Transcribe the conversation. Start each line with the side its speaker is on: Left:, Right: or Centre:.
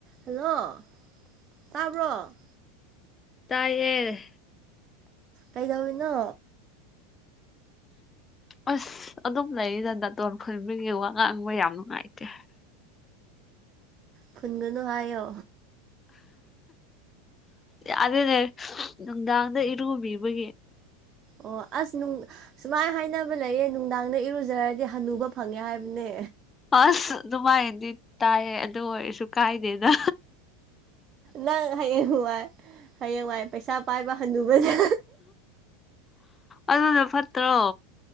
Right: hello ꯇꯥꯕ꯭ꯔꯣ
Left: ꯇꯌꯦꯜ
Right: ꯀꯩꯗꯧꯔꯤꯅꯣ
Left: ꯑ ꯑꯗꯨꯝ ꯂꯩꯔꯤꯗ ꯅꯥꯇꯣꯟ ꯈꯨꯟꯕꯤꯒꯤ ꯋꯥ ꯉꯥꯡꯕ ꯌꯥꯝ ꯅꯨꯡꯉꯥꯏꯇꯦ
Right: ꯄꯨꯟꯒꯅꯨ ꯍꯥꯏꯌꯣ
Left: ꯌꯥꯗꯦꯅꯦ ꯅꯨꯡꯗꯥꯡꯗ ꯏꯔꯨꯕꯤꯕꯒꯤ
Right: ꯑꯣ ꯑꯁ ꯅꯨꯡ ꯁꯨꯃꯥꯏꯅ ꯍꯥꯏꯅꯕ ꯂꯩꯌꯦ ꯅꯨꯡꯗꯥꯡꯗ ꯏꯔꯨꯖꯔꯗꯤ ꯍꯟꯅꯨꯕ ꯐꯪꯉꯦ ꯍꯥꯏꯕꯅꯦ
Left: ꯑꯁ ꯑꯗꯨꯃꯥꯏꯅꯗꯤ ꯇꯥꯏꯌꯦ ꯑꯗꯨ ꯑꯣꯏꯔꯁꯨ ꯀꯥꯏꯗꯦꯅ
Right: ꯅꯪ ꯍꯌꯦꯡ ꯋꯥꯏ ꯍꯌꯦꯡ ꯋꯥꯏ ꯄꯩꯁꯥ ꯄꯥꯏꯕ ꯍꯟꯂꯨꯕꯁꯦ
Left: ꯑꯗꯨꯅ ꯐꯠꯇ꯭ꯔꯣ